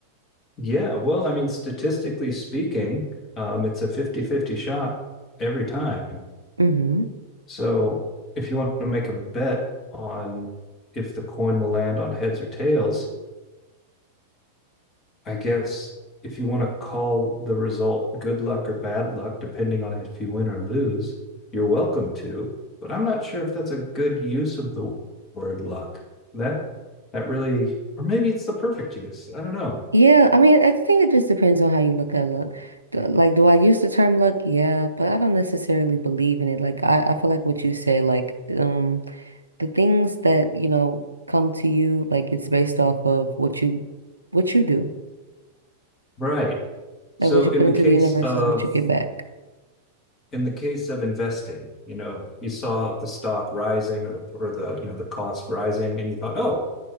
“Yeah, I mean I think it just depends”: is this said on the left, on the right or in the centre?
Right